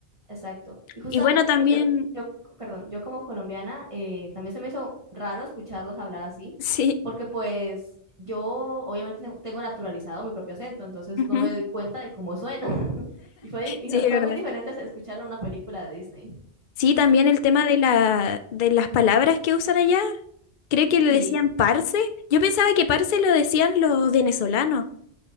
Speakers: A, on the right; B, on the left.
A: Exacto. Y justamente,
B: Y bueno, también,
A: pues yo, yo, perdón, yo como colombiana, eh, también se me hizo raro escucharlos hablar así,
B: <laughs> sí,
A: porque pues yo obviamente tengo tengo naturalizado mi propio acento, entonces
B: ujú,
A: no me doy cuenta de cómo suena. <laughs> Y fue, y
B: sí, es
A: fue
B: verdad.
A: muy diferente escucharlo en una película de Disney.
B: Sí, también el tema de la, de las palabras que usan allá. Creo que le
A: Sí,
B: decían parce. Yo pensaba que parce lo decían los venezolanos.